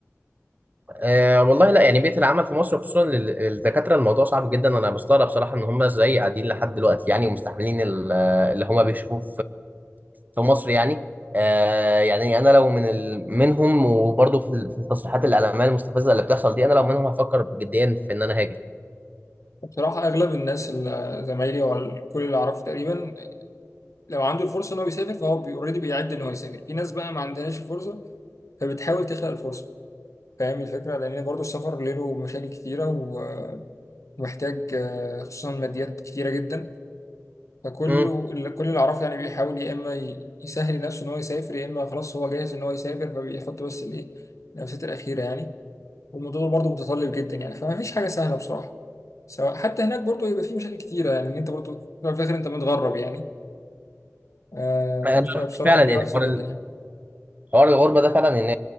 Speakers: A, on the right (about 30°); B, on the left (about 75°).
A: آه والله لا يعني بيئه العمل في مصر خصوصا لل- للدكاتره الموضوع صعب جدا انا بستغرب صراحه ان هم ازاي قاعدين لحد دلوقتي يعني ومستحملين ال- اللي هم بيشوفوه في مصر يعني آه يعني انا لو من ال... منهم وبرضه في ال- في التصريحات الاعلاميه المستفزه اللي بتحصل دي انا لو منهم هفكر جديا في ان انا هاجر
B: بصراحة أغلب الناس اللي زمايلي وكل اللي أعرفه تقريبا لو عنده الفرصة إن هو يسافر فهو أوريدي بيعد إن هو يسافر في ناس بقى ما عندهاش الفرصة فبتحاول تخلق الفرصة فاهم الفكرة لأن برضه السفر له مشاكل كتيرة و- ومحتاج آه، خصوصا ماديات كتيرة جدا فكله
A: امم
B: اللي- كل اللي أعرفه يعني بيحاول يا إما ي- يسهل نفسه إن هو يسافر يا إما خلاص هو جاهز إن هو يسافر فبيحط بس الإيه النفسات الأخيرة يعني والموضوع برضه متطلب جدا يعني فما فيش حاجه سهله بصراحه سواء حتى هناك برضه يبقى في مشاكل كتيره يعني إن انت برضه في الأول وفي الاخر انت متغرب يعني آه
A: انا
B: فبصراحه
A: فعلا
B: البيئه
A: يعني
B: وحشه
A: حوار
B: جدا يعني
A: حوار الغربة ده فعلا إن